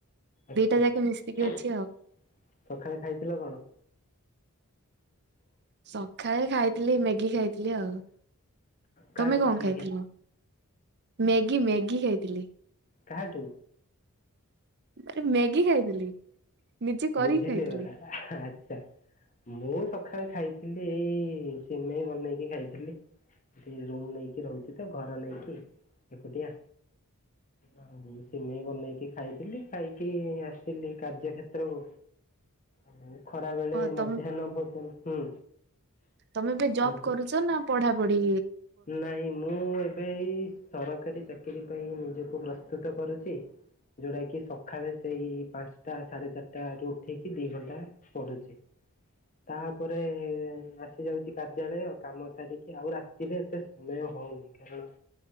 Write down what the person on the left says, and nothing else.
ଅଛି,
ସକାଳେ
ଖାଇଥିଲ କଣ?
କାହାଠୁ
ମାଗିକି
କାହାଠୁ?
ବୁଝିଲି
ଆଛା। ମୁଁ ସକାଳେ ଖାଇଥିଲି ଏଇ ସିମେଇ ବନେଇକି ଖାଇଥିଲି। ଏଇ ରୁମ ନେଇକି ରହୁଛି ତ ଘର ନେଇକି ଏକୁଟିଆ। ଆଉ ସିମେଇ ବନେଇକି ଖାଇଥିଲି ଖାଇକି ଆସିଥିଲି। କାର୍ଯ୍ୟକ୍ଷେତ୍ରକୁ ଆଉ ଖରା ବେଳେ
ମଧ୍ୟାହ୍ନ ଭୋଜନ ହୁଁ।
ମଧ୍ୟ
ନାଇଁ ମୁଁ ଏବେ ଏଇ ସରକାରୀ ଚାକିରି ପାଇଁ ନିଜକୁ ପ୍ରସ୍ତୁତ କରୁଛି। ଯଉଟା କିି ସକାଳେ ସେଇ ପାଞ୍ଚଟା ସାଢେ ଚାରିଟା ରୁ ଉଠିକି ଦି ଘଣ୍ଟା ପଢୁଛି। ତାପରେ ଆସି ଯାଉଛି କାର୍ଯ୍ୟାଳୟ କାମ ସାରିକି ଆଉ ରା ରାତିରେ ଏତେ ସମୟ ହଉନି, କାରଣ